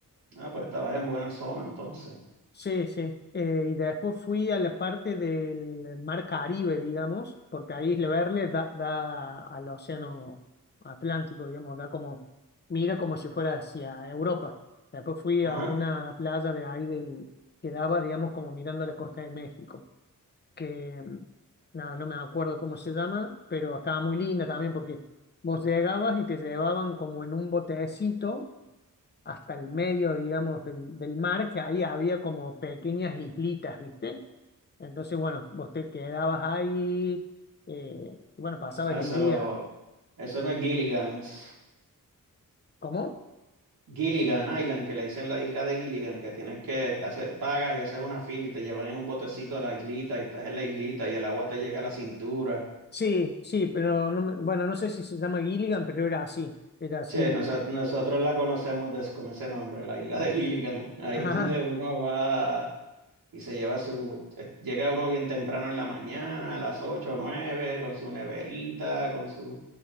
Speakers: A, on the right; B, on the left.
A: Ah, pues estabas en buena zona entonces.
B: Sí, sí. Eh, y después fui a la parte del Mar Caribe, digamos, porque ahí Isla Verde da, da al Océano Atlántico, digamos, da como, mira como si fuera hacia Europa. Después fui
A: Ajá.
B: a una playa de ahí del, que daba, digamos, como mirando la costa de México, que mm, nada, no me acuerdo cómo se llama, pero estaba muy linda también porque vos llegabas y te llevaban como en un botecito hasta el medio, digamos, del, del mar, que ahí había como pequeñas islitas, ¿viste? Entonces, bueno, vos te quedabas ahí, eh, y bueno, pasabas
A: Ah,
B: el
A: Eso,
B: día.
A: eso no es Gilligan's.
B: ¿Cómo?
A: Gilligan Island, que le dicen la isla de Gilligan, que tienes que hacer, pagas y haces una fila y te llevan en un botecito a la islita y estás en la islita y el agua te llega a la cintura.
B: Sí, sí, pero no me- bueno, no sé si se llama Gilligan, pero era así, era así
A: Sí,
B: el...
A: noso- nosotros la conocemos des- con ese nombre, la isla de Gilligan. Ahí
B: <laughs> Ajá,
A: es donde uno va y se lleva su... eh, Llega uno bien temprano en la mañana, a las ocho o 9, con su neverita, con su